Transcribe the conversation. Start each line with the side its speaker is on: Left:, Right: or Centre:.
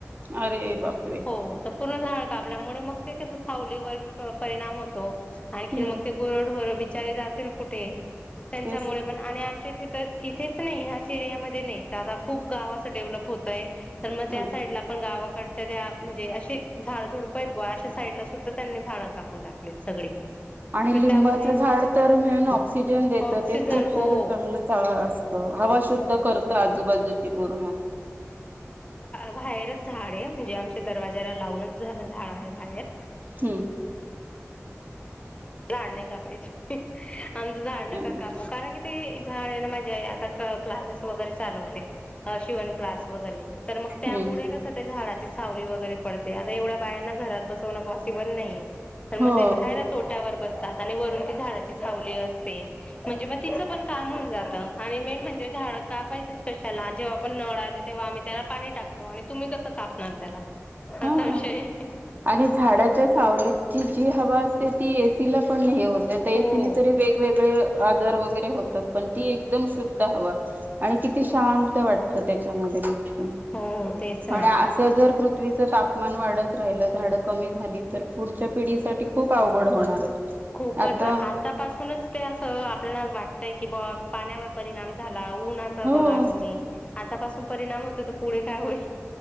Right: अरे बापरे
Left: हो त पूर्ण झाड काबल्यामुळे मग ते कस सावलीवर परिणाम होतो, आणखीन
Right: हम्म
Left: मग ते गुर ढोर बी चारे जातील कुठे? त्यांच्यामुळे
Right: तेच
Left: पण आणि आमच्या इथे- तर इथेच नाही ह्याच एरियामध्ये नाही, त आता खूप गाव असं डेव्हलप होतय त - पण मग त्या
Right: ह
Left: साईड ला आपण गाव कडचऱ म्हणजे असे, झाड झुडप बुवा अशा साईड ला सुद्धा त्यांनी झाडं कापून टाकलीत सगळी-
Right: आणि
Left: मग
Right: लिंबाचं
Left: त्यामुळे
Right: झाड तर म्हणून ऑक्सिजन देत
Left: ऑक्सिजन
Right: ते खूप
Left: हो
Right: शरीर चांगलं अस त हवा शुद्ध करत आजूबाजूची पूर्ण-
Left: भाहेरच झाड आहे, म्हणजे आमच्या दरवाज्याला लावूनच झाड आहे भायेर-
Right: हम्म
Left: राड नाही कापायचं <inaudible> आमचं झाड नका
Right: हम्म
Left: कापू कारण की ते झाड आहे ना माझ्या आई आता- क्लासेस वगैरे- चालवते शिवण क्लास वगैरे तर मग त्यामुळे
Right: हम्म
Left: कस ते झाडाची सावली वग- वगैरे पडते आता एवढ्या बायांना घरात बसवणं पॉसिबल नाहीये. तर मग
Right: हो
Left: ते बाहेरच ओट- बसतात आणि वरून ती झाडाची सावली असते, म्हणजे म तिचं पण काम होऊन जातं आणि मेन म्हणजे झाड कापायचच कशाला जेव्हा पण नळ आले तेव्हा आम्ही त्याला पाणी टाकतो आणि तुम्ही कसं कापणार त्याला-
Right: हां
Left: असा विषय
Right: आणि झाडाच्या सावलीतची- जी हवा असते ती तिला पण हे होते ते
Left: हो
Right: तिनी तरी वेगवेग- ते आजार व वगैरे होतात पण ती एकदम शुद्ध हवा- आणि किती शांत, वाटत त्याच्यामध्येत
Left: हो तेच ना
Right: आणि अस जर पृथ <inaudible> पुथ्वीचं तापमान वाढत राहिलं झाडं कमी झाली तर पुढच्या पिढीसाठी खूप अवघड होणार आहे.
Left: खूपच
Right: आता
Left: आतापासूनच ते असं आपल्याला वाट- काय कि बा पाण्यावर परिणाम झाला, हा उन्हाचं
Right: हो
Left: बघा तूम्ही आता पासू पण परिणाम होते तर पुढे काय होईल?